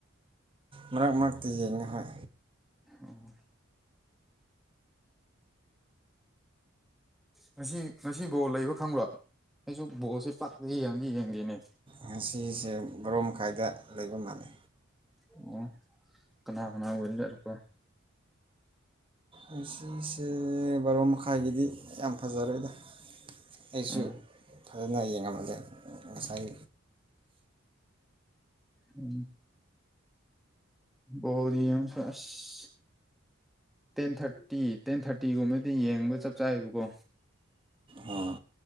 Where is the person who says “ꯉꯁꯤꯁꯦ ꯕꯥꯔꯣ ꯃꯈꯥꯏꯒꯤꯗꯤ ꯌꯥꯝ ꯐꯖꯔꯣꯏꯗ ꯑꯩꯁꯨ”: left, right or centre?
Right